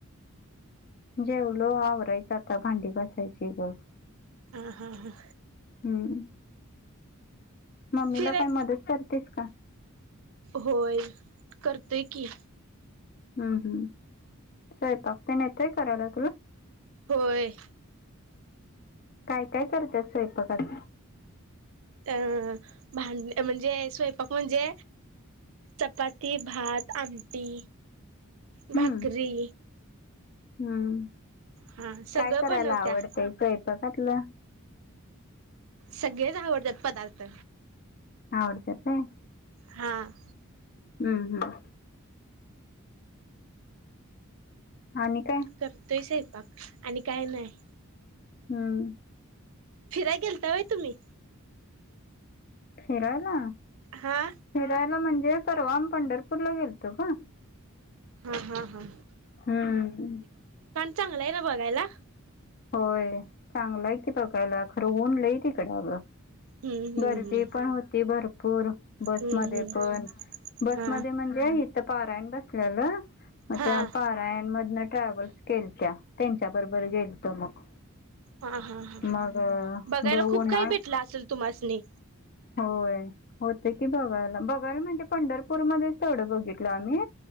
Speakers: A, on the left (about 45°); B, on the right (about 65°).
A: जेवलो आवरायचं आता भांडी घासायची ग.
B: ह हा हा.
A: हम्. मम्मीला
B: फिराय
A: पण मदत करतेस का?
B: होय करतेय की.
A: हम्म हम्म स्वयंपाक तेन येतय करायला?
B: होय.
A: काय काय करत्यास स्वयंपाकात?
B: अं भां म्हणजे स्वयंपाक म्हणजे चपााती, भात, आमटी, भाकरी.
A: हम्म हम्म
B: हा सगळं
A: काय करायला
B: बनवत्या.
A: आवडतय स्वयंपाकातलं?
B: सगळेच आवडतात पदार्थ.
A: आवडते काय.
B: हां.
A: हम्म हम्म. आणि काय?
B: करतोय स्वयंपाक आणि काय नाही.
A: हम.
B: फिरायला गेलता होय तुम्ही?
A: फिरायला,
B: हा
A: फिरायला म्हणजे परवाम पंढरपूर ला गेल तो गं.
B: हा हा हा.
A: हम्म हम्म.
B: चांगलंय ना बघायला?
A: होय चांगलं आहे क बघायला खरं ऊनलं तिकडेगं.
B: हम्म हम्म
A: गर्दी
B: हम्म.
A: पण होती भरपूर बसमध्ये
B: हम्म हम्म
A: पण. बसमध्ये
B: हा
A: म्हणजे इथं पारायण बसलेलं. मग
B: हा
A: त्या पारायण मधन ट्रॅव्हल्स केल त्या त्यांच्या बरोबर गेलतो मग.
B: हा हा हा
A: मग
B: बघायला
A: अ,
B: खूप
A: उन्हाळ
B: काही भेटलं असेल तुमासनी?
A: होय होत की बघायला बघायला म्हणजे पंढरपूरमध्येच तेथवडं बघितल आम्ही.